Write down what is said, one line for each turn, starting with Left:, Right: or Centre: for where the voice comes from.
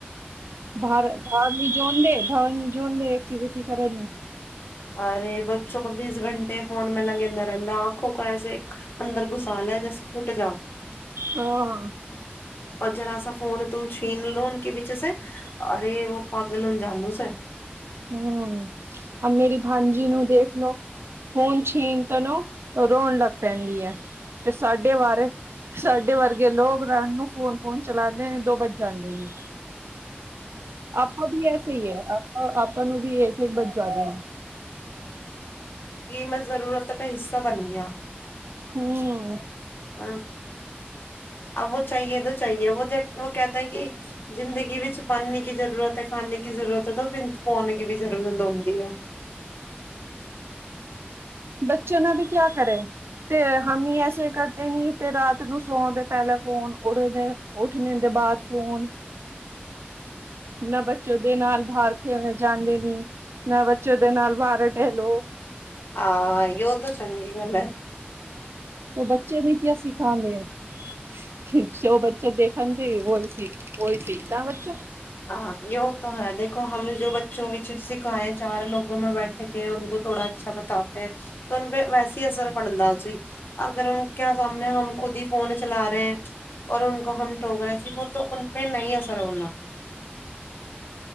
Right: ਬਾਹਰ ਨੀ ਜੋਂਦੇ ਬਾਹਰ ਨਿ ਜੋਂਦੇ ਐਕਵਿਟੀ ਕਰਨ ਨੂੰ।
Left: ਅਰੇ ਬੱਚੋ ਕ ਬੀਸ ਘੰਟੇ ਫੋਨੈਂ ਮੇਂ ਲਗਂਦਾ ਰਹਿੰਦਾ ਆਂਖੋ ਕੋ ਐਸੇ ਅੰਦਰ ਘੁਸਾਲ ਹੈ ਜੈਸੇ ਫੁੱਟ ਜਾ।
Right: ਹਾਂ!
Left: ਔਰ ਜਰਾਸਾ ਫੋਨ ਤਮ ਛੀਨ ਲੋ ਊਨ ਕੇ ਪਿੱਛੇ ਸੇ ਅਰੇ ਵ ਪਾਗਲ ਹ ਜਾਣ ਦੋ ਸੇ।
Right: ਹਮ ਮੇਰੀ ਭਾਂਜੀ ਨੂੰ ਦੇਖ ਲੋ ਫੋਨ ਛੀਣ ਤ ਨੂੰ ਰੋਣ ਲੱਗ ਪੈਂਦੀ ਹੈ ਤੇ ਸਾਡੇ ਵ ਸਾਡੇ ਵਰਗੇ ਲੋਕ ਰਣ ਨੂੰ ਫੋਨ ਫੋਨ ਚਲਾਉਦੇ ਨੇ ਦੋ ਵੱਜ ਜਾਂਦੇ ਨੇ। ਆਪ ਕ ਵੀ ਐਸੇ ਹੀ ਹੈ ਆਪ ਆਪ ਤੁਹਾਨੂੰ ਵੀ ਇੱਕਕ ਬੱ ਜਾਦੇ ਆ-
Left: ਮੈਂ ਜ਼ਰੂਰਤ ਦਾਾ ਹਿੱਸਾ ਬਣ ਗਿਆ
Right: ਹਮ
Left: ਹਾਂ ਆ ਉਹੋ ਚਾਹੀਏ ਦ ਚਾਹੀਏ ਵੋ ਕਹਿਤੇ ਹੈ ਕਿ ਜ਼ਿੰਦਗੀ ਵਿੱਚ ਪਾਨਨੀ ਕੀ ਜ਼ਰੂਰਤ ਹੈ ਖਾਣੇਨ ਕੀ ਜ਼ਰੂਰਤ ਹੈ ਤਾਂ ਫਿਰ <unintelligible> ਦੀ ਵੀ ਜ਼ਰੂਰਤ ਹੁੰਦੀ ਐ।
Right: ਬੱਚੇ ਨਾਲ ਵੀ ਕਿਆ ਕਰੇ ਤੇ ਹੀ ਐਸੇ ਕਰਦੇ ਨੀ ਤੇ ਰਾਤ ਨੂੰ ਸੌਣ ਦੇ ਪਹਿਲੇ ਫੋਨ ਉੜਦੇ ਉੱਠਣ ਦੇ ਬਾਾਹਦ ਫੋਨ ਨਾ ਬ ਬੱਚੇ ਦੇ ਨਾਲ ਬਾਹਰ ਖੇਲਨ ਜਾਂਦੇ ਨੀ ਨਾ ਬੱਚੇ ਦੇ ਨਾਲ ਬਾਹਰ ਟੇਹਲੋ।
Left: ਆਂ, ਯੋ ਤੋ ਚੰਗੀ ਗੱਲ ਐ।
Right: ਬੱਚੇ ਨੇ ਕਿਆ ਸਿ ਹਾਂਜੀ-ਹਾਂਜੀ, ਜੋ ਬੱਚ ਜੋ ਦੇਖਗੇਨ ਤੇ ਔਹੀ ਸੀਖ ਔਹੀ ਸੀਖਤਾ ਬੱਚਾ।
Left: ਹਾਂ ਯੋੋ ਹੈ ਤਾਂ ਹੈ ਦੇਖੋ ਹਮ ਜੋ ਬੱਚੋ ਵਿੱਚ ਸਿਖਾਏ ਚਾਰ ਲੋਕੋ ਮੈਂ ਬੈਠ ਕੇ ਉਹ ਥੋੜਾ ਅੱਛਾ ਬਤਾਤੇ ਤੁਮਪੇ ਵੈਸੇ ਅਸਰ ਪੜਂਦਾ ਸੀ। ਅਗਰ ੳਨਕੇ ਸਾਮਨੇ ਹਮ ਖੁਦ ਹੀ ਫੋਨ ਚਲਾ ਰਹੇ ਹੈਂ। ਔਰ ੳਨਕੋੋ ਹਮ ਟੋਕਰੇ ਹੈਂ ਤੋ ੳਨਪੇ ਨਈ ਅਸਰ ਹੋਨਾ।